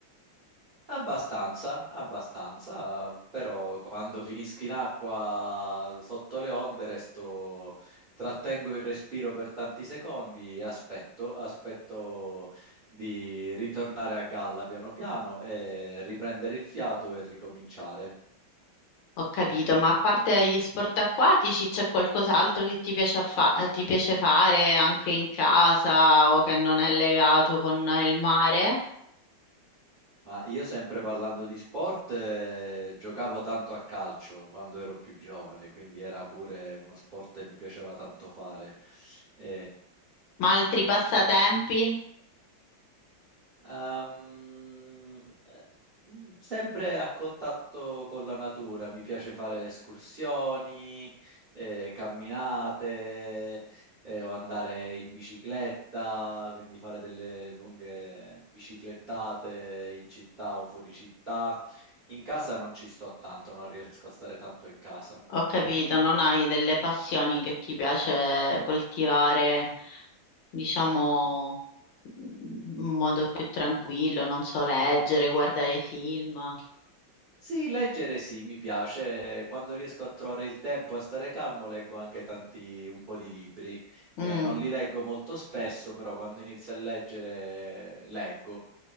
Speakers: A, on the right; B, on the left.
A: Abbastanza, abbastanza, però quando finisco in acqua sotto le onde resto, trattengo il respiro per tanti secondi e aspetto, aspetto di ritornare a galla piano piano e riprendere il fiato e ricominciare.
B: Ho capito, ma a parte gli sport acquatici, c'è qualcos'altro che ti piace, a fa- eh, ti piace fare anche in casa o che non è legato con il mare?
A: Ma io sempre parlando di sport, eh, giocavo tanto a calcio quando ero più giovane, quindi era pure uno sport che mi piaceva tanto fare. E,
B: Ma altri passatempi?
A: eh, Ehm, eh, sempre a contatto con la natura, mi piace fare escursioni, eh, camminate, eh, o andare in bicicletta, quindi fare delle lunghe biciclettate in città o fuori città. In casa non ci sto tanto, non riesco a stare tanto in casa.
B: Ho capito, non hai delle passioni che ti piace coltivare, diciamo,
A: Mm.
B: in modo più tranquillo, non so, leggere, guardare film.
A: Sì, leggere sì, mi piace. Quando riesco a trovare il tempo a stare calmo, leggo anche tanti, un po' di libri.
B: Mm.
A: Eh, non li leggo molto spesso, però quando inizio a leggere, eh, leggo.